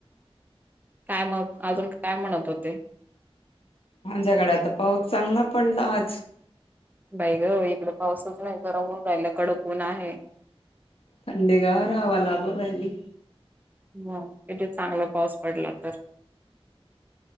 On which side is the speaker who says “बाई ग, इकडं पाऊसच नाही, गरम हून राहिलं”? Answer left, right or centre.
Right